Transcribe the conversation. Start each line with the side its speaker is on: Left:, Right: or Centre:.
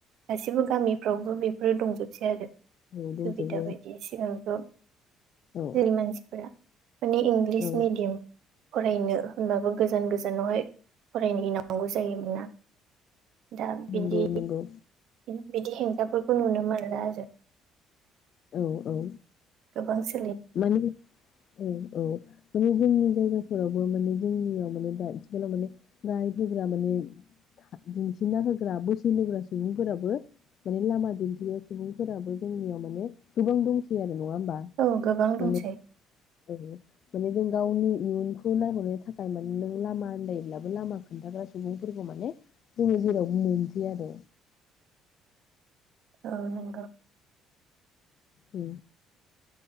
Right: गासिबो गामिफ्रावबो बेफोरो दंजोबसै आरो
Left: औ दंजोबो
Right: सुबिदा बायदि सिगांथ' जोंनि
Left: औ
Right: मानसिफोरा माने इंलिस
Left: औ
Right: मेडियाम फरायनो होनबाबो गोजान गोजानावहाय फरायनो हैनांगौ जायो मोनना दा बिदि
Left: नंगौ नंगौ
Right: बिदि हेंथाफोरखौ नुनो मोनला जों
Left: औ औ
Right: गोबांसिन
Left: माने औ औ माने जोंनि जायगाफोरावबो माने जोंनियाव माने दा आथिखालाव माने गाइड होग्रा माने दिन्थिना होग्रा बोसोन होग्रा सुबुंफोराबो माने लामा दिन्थिग्रा सुबुंफोराबो जोंनियाव माने गोबां दंसै आरो नङा होमबा
Right: औ गोबां
Left: माने
Right: दंसै
Left: औ माने जों गावनि इयुनखौ नायहरनो थाखाय माने नों लामा आन्दायोब्लाबो लामा खोन्थाग्रा सुबुंफोरखौ माने जोङो जेरावबो मोनासै आरो
Right: औ नंगौ
Left: औ